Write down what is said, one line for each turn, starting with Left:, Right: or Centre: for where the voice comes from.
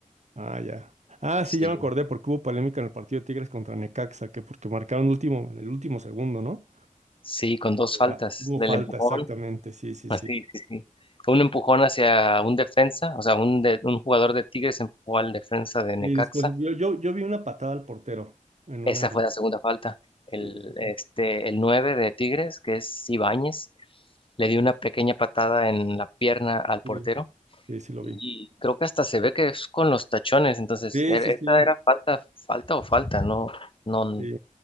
Right: Ah, ya. Ah, sí,
Left: Sí,
Right: ya me acordé, porque hubo polémica en el partido de Tigres contra Necaxa, que porque marcaron el último, en el último segundo, ¿no?
Left: sí, con dos
Right: Que
Left: faltas,
Right: ah, hubo
Left: del
Right: falta,
Left: empujón,
Right: exactamente, sí, sí,
Left: así,
Right: sí.
Left: sí, sí. Un empujón hacia un defensa, o sea, un, de- un jugador de Tigres empujó al defensa de Necaxa.
Right: Y después yo, yo, yo vi una patada al portero en
Left: Esa
Right: una.
Left: fue la segunda falta. El,
Right: Sí, sí, sí.
Left: este, el 9 de Tigres, que es Ibáñez, le dio una pequeña patada en la pierna al portero
Right: Sí, sí, sí lo
Left: Y
Right: vi.
Left: creo que hasta se ve que es con los tachones, entonces,
Right: Sí,
Left: e-
Right: sí, sí.
Left: esta era falta, falta o falta, no, no,
Right: sí.